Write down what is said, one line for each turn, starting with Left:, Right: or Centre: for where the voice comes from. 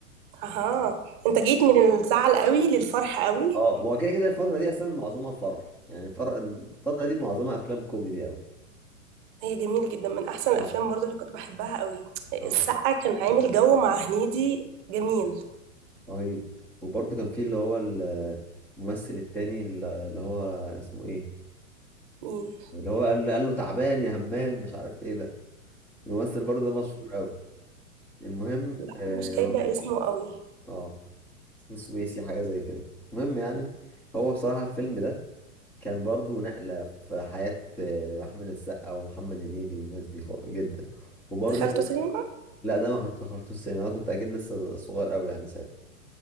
Right: اها انت جيت من الزعل قوي للفرح قوي
Centre: اه هو كده كده الفتره دي اصلا معظمها فرح يعني الفر- الفتره دي معظمها افلام كوميدي قوي
Right: هي جميل جدا من احسن الافلام
Centre: اه
Right: برضه اللي كنت بحبها قوي السقا
Centre: اه
Right: كان عامل جو مع هنيدي جميل
Centre: رهيب وبرضه كان في اللي هو الممثل التاني اللي اللي هو اسمه ايه
Right: مين
Centre: اللي هو قال قال له تعبان يا همام مش عارف ايه ده الممثل برضه ده مشهور قوي المهم
Right: لا
Centre: اه
Right: مش جايبه اسمه قوي
Centre: آه، اسمه سويسي حاجه زي كده المهم يعني هو بصراحه الفيلم ده كان برضه نقله في حياه آه، احمد السقا ومحمد هنيدي والناس دي خا- جدا وبرضه
Right: دخلته
Centre: فيلم-
Right: سينما
Centre: لا ده ما حط- حطيتوش السينما انا كنت اكيد لسه صغير قوي يعني ساعتها